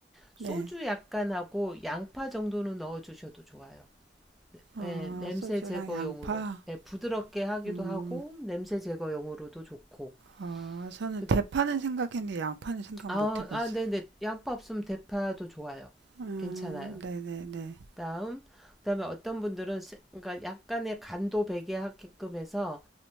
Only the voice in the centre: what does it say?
소주
약간 하고 양파 정도는 넣어주셔도 좋아요.
예, 냄새
제거용으로.
예, 부드럽게 하기도
하고 냄새 제거용으로도 좋고.
그-
아,
아, 네네. 양파 없으면 대파도 좋아요.
괜찮아요.
다음, 그다음에 어떤 분들은 세- 그러니까 약간의 간도 배게 하게끔 해서